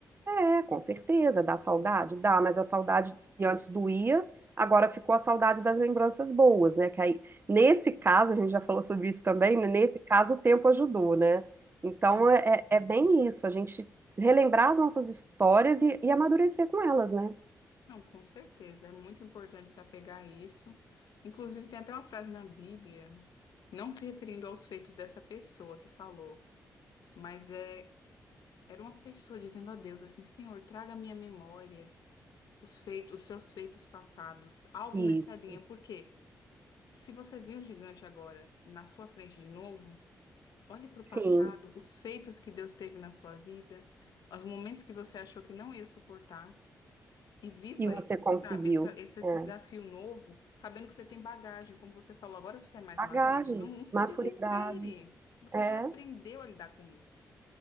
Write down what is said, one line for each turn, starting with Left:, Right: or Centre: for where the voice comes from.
Right: É, com certeza, dá saudade, dá, mas a saudade
Left: Sim,
Right: que antes doía, agora ficou a saudade das lembranças boas, né? Que aí, nesse caso, a gente já falou sobre isso também, né? nesse caso o tempo ajudou, né? Então
Left: sim.
Right: é, é é bem isso, a gente relembrar as nossas histórias e, e amadurecer com elas, né?
Left: Não, com certeza. É muito importante se apegar a isso. Inclusive, tem até uma frase na Bíblia, não se referindo aos feitos dessa pessoa que falou, mas é, era uma pessoa dizendo a Deus assim: Senhor, traga à minha memória os feitos, os seus feitos passados, algo
Right: Isso,
Left: nessa linha. Porque se você viu o gigante agora na sua frente de novo, olhe para
Right: sim.
Left: o passado, os feitos que Deus teve na sua vida, os momentos que você achou que não ia suportar. E viva
Right: E você
Left: aí,
Right: conseguiu.
Left: sabe? Essa, esse
Right: É.
Left: desafio novo, sabendo que você tem bagagem, como você falou, agora você é mais
Right: Bagagem,
Left: maduro. Então, não se
Right: maturidade.
Left: desespere. Você
Right: É.
Left: já aprendeu a lidar com isso,